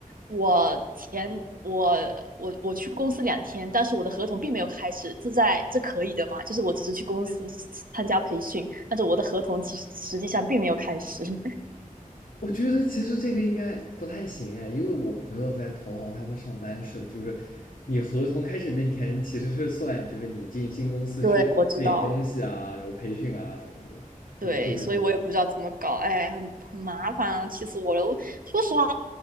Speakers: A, on the right (about 80°); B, on the left (about 75°).
A: 我前我我我去公司两天，但是我的合同并没有开始，这在这可以的吗？就是我只是去公司参加培训，但是我的合同其实实际上并没有开始。<laughs>
B: 我觉得其实这个应该不太行哎，因为我朋友在投行，他们上班是就是你合同开始那天其实是算就是你进新公司去领东西啊，
A: 对，我知道。
B: 然后培训啊什么，对吧？
A: 对，
B: 就这个就
A: 所以我也不知道怎么搞，哎，很很麻烦啊，气死我了！我说实话，